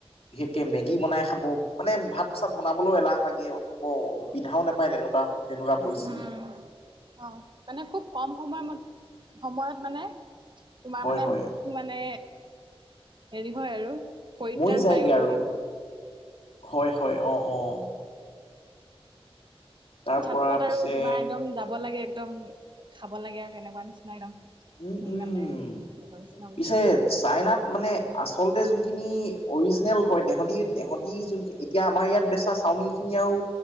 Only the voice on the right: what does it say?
উম অ মানে খুব কম সময় সময়ত মানে তোমাৰ
মানে
ভোকটো মানে হেৰি হয় আৰু, পৰিত্ৰাণ
পাই ক'ব
লাগিব।
ঝটপট
আৰু তোমাৰ একদম যাব লাগে একদম খাব লাগে আৰু তেনেকুৱা নিচিনা একদম।
সোনকালে
এনেকুৱা নিচিনা
বস্তু।